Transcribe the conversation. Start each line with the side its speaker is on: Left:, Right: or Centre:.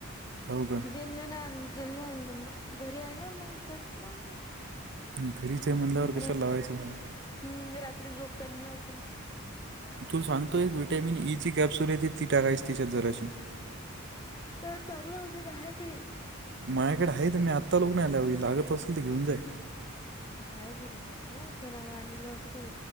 Right: हो का
Left: जल नाही आणलं जे आणलं घरी आहे ना मग घरच्या लावूनयच...
Right: हम्म, घरीच आहे म्हणल्यावर कशाला
Left: रात
Right: लावायचं बाहेर
Left: हम्म रात्री झोपतानी लावतु म्ही...
Right: तू सांगतो एक विटॅमिन ईची कॅप्सूल येते ती टाकायस तिच्या जराशी...
Left: त्या चांगलं उदिक आहे काय?
Right: माझ्याकडे आहे तर मी आत्ता लागत आल्यावी लागत असेल तर घेऊन जाय....
Left: हाय घरी माझ्या तनाला आणलेलं होतं ते....